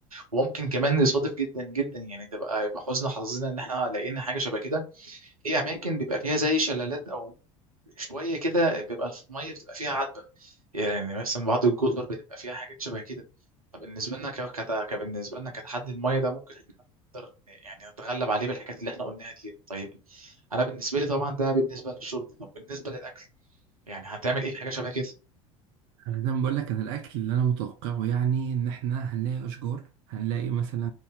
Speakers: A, on the right; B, on the right.
A: وممكن كمان نصادف جدا جدا يعني تبقى يبقى حزن حظنا ان احنا لقينا حاجه شبه كده في اماكن بيبقى فيها زي شلالات او شويه كده بيبقى الميه بتبقى فيها عذبه يعني مثلا بعض الجزر بتبقى فيها حاجات شبه كده فبالنسبه لنا ك... كت... كبالنسبه لنا كتحدي الميه ده ممكن إحنا يعني نتغلب عليه بالحاجات اللي احنا قلناها دي طيب انا بالنسبه لي طبعا ده بالنسبه للشرب طب بالنسبه للاكل يعني هتعمل ايه في حاجه شبه كده
B: انا زي ما بقول لك انا الاكل اللي انا متوقعه يعني ان احنا هنلاقي اشجار هنلاقي مثلا